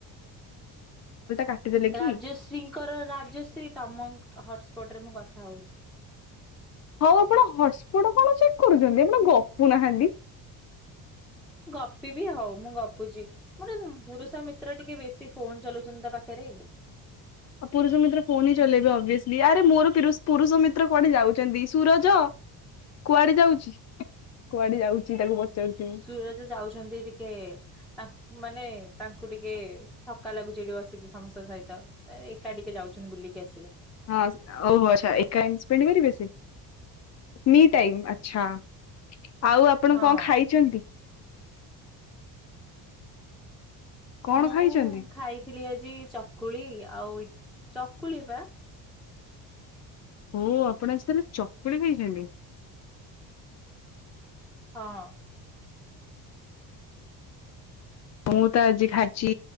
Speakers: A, on the left; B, in the centre.
A: କାଟିଦେଲେ
B: ରାଜଶ୍ରୀଙ୍କର,
A: କି?
B: ରାଜଶ୍ରୀ ତମ ହଟସ୍ପଟ ରେ ମୁଁ, କଥା ଥାଉଛି ।
A: ହଉ, ଆପଣ ହଟସ୍ପଟ କଣ ଚେକ୍ କରୁଛନ୍ତି, ଆପଣ ଗପୁ ନାହାନ୍ତି ।
B: ଗପିବି ହଉ, ମୁଁ ଗପୁଛି, ମୋର ପୁରୁଷ ମିତ୍ର ଟିକେ ବେଶୀ ଫୋନ ଚଲଉଛନ୍ତି, ତ ପାଖରେ ।
A: ଆଉ ପୁରୁଷ ମିତ୍ର ଫୋନ ହିଁ ଚଲେଇବେ, ଅବିଅସଲି ଆରେ ମୋର ପୁରୁଷ ମିତ୍ର କୁଆଡେ ଯାଉଛନ୍ତି, ସୁରଜ କୁଆଡେ ଯାଉଛି, କୁଆଡେ ଯାଉଛି, ତାକୁ ପଚାରୁଛି ମୁଁ।
B: ସୁରଜ ଯାଉଛନ୍ତି, ଟିକେ ତା ମାନେ ତାଙ୍କୁ ଟିକେ ଥକା ଲାଗୁଛି, ଏଠି ବସିକି, ସମସ୍ତଙ୍କ ସହିତ, ଏକା ଟିକେ ଯାଉଛନ୍ତି, ବୁଲିକି ଆସିବେ ।
A: ହଁ, ଓହୋ ଆଛା ଏକା ଇସ୍ପେଣ୍ଡ କରିବେସେ ନି ଟାଇମ ଆଛା । ଆଉ, ଆପଣ
B: ହଁ
A: କଣ ଖାଇଛନ୍ତି? କଣ
B: ମୁଁ
A: ଖାଇଛନ୍ତି?
B: ଖାଇଥିଲି, ଆଜି ଚକୁଳି ଆଉ ଚକୁଳି, ବା ।
A: ହୋ ଆପଣ ଆଜି ତାହଲେ ଚକୁଳି ଖାଇଛନ୍ତି।
B: ହଁ,
A: ମୁଁ ତ ଆଜି ଖାଇଛି